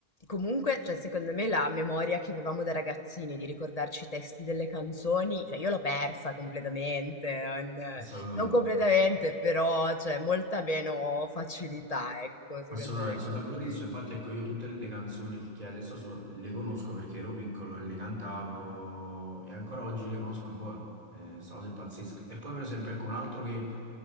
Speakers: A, on the left; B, on the right.
A: comunque, cioè, secondo me la memoria che avevamo da ragazzini di ricordarci i testi delle canzoni, cioè, io l'ho persa completamente, non,
B: Assolutamente.
A: non completamente, però, cioè, molta meno facilità, ecco, secondo
B: Assolutamente,
A: me, con
B: sono d'accordissimo.
A: cui...
B: Infatti, ecco, io tutte le canzoni che che adesso so, le conosco perché ero piccolo e le cantavo e ancora oggi le conosco ancora. Eh, sta cosa è pazzesca. E poi, per esempio, ecco, un altro che